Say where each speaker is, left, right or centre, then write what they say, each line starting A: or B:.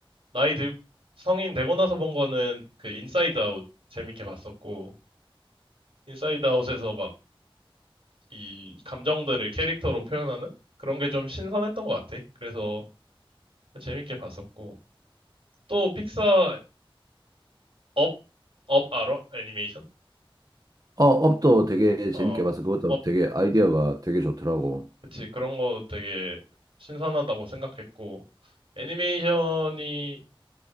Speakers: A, on the right; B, on the right.
A: 나이 들, 성인 되고 나서 본 거는 그 인사이드 아웃 재밌게 봤었고, 인사이드 아웃에서 막 이 감정들을 캐릭터로 표현하는 그런 게 좀 신선했던 것 같아. 그래서 재밌게 봤었고, 또 픽사 업, 업 알아? 애니메이션?
B: 어, 업도 되게 재밌게
A: 어,
B: 봤어. 그것도
A: 업,
B: 되게 아이디어가 되게 좋더라고.
A: 그치. 그런 거 되게 신선하다고 생각했고, 애니메이션이